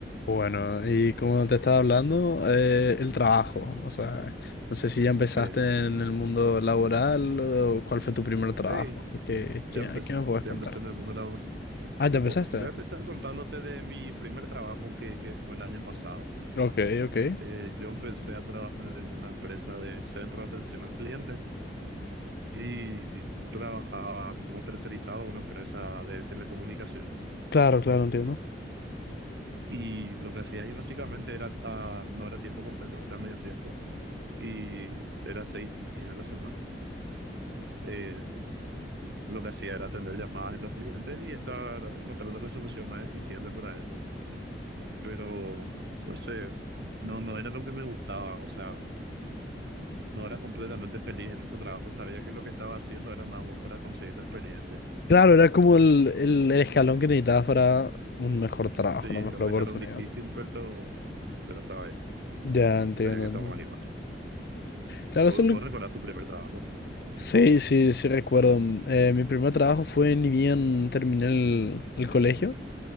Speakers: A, on the left (about 60°); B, on the right (about 70°).
A: Bueno, y como te estaba hablando, eh, el trabajo, o sea, no sé si ya empezaste
B: Este,
A: en el mundo laboral o cuál fue tu primer trabajo,
B: sí,
A: ¿qué, qué,
B: ya empecé,
A: qué me puedes
B: ya
A: contar?
B: empecé en el mundo laboral.
A: Ah, ¿ya
B: Te
A: empezaste?
B: puedo- voy a empezar contándote de mi primer trabajo que, que fue el año pasado.
A: Ok, ok.
B: Eh, yo empecé a trabajar en una empresa de centro de atención al cliente y trabajaba como tercerizado en una empresa de telecomunicaciones.
A: Claro, claro, entiendo.
B: Y lo que hacía ahí básicamente era, ah, no era tiempo completo, era medio tiempo y era seis días a la semana. Eh, lo que hacía era atender llamadas de los clientes y estar encontrando la solución más eficiente para eso. Pero, no sé, no, no era lo que me gustaba, o sea, no era completamente feliz en ese trabajo, sabía que lo que estaba haciendo era nada más para conseguir la experiencia.
A: Claro, era como el, el, el escalón que necesitabas para un mejor trabajo,
B: Sí,
A: una mejor
B: era un
A: oportunidad.
B: escalón difícil, pero, pero estaba ahí,
A: Ya, entiendo,
B: sabía que estaba
A: entiendo.
B: mal igual.
A: Claro,
B: ¿Vos,
A: eso es
B: vos
A: lo que-
B: recordás tu primer trabajo?
A: Sí, sí, sí recuerdo. Mm, Eh, mi primer trabajo fue ni bien terminé el, el colegio.